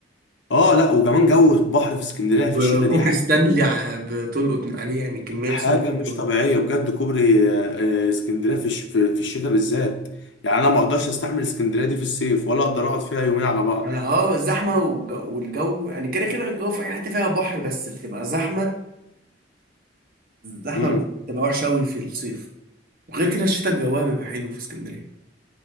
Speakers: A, on the left; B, on the right.
A: اه لا وكمان جو البحر في اسكندريه في
B: وكوبري
A: الشتاء دي
B: ستانلي ع- بتلقط من عليه يعني كميه
A: حاجة
B: صور
A: مش
B: حلوه
A: طبيعية بجد كوبري آه، آه، اسكندرية في الش- في في الشتاء بالذات يعني أنا ما أقدرش أستحمل اسكندرية دي في الصيف ولا أقدر أقعد فيها يومين على بعض
B: يعني اه الزحمه والج- والجو يعني كده كده الجو في اي حته فيها بحر بس بتبقى زحمه زحمه
A: امم
B: بتبقى وحشه قوي في الصيف وغير كده الشتاء الجوها بيبقى حلو في اسكندرية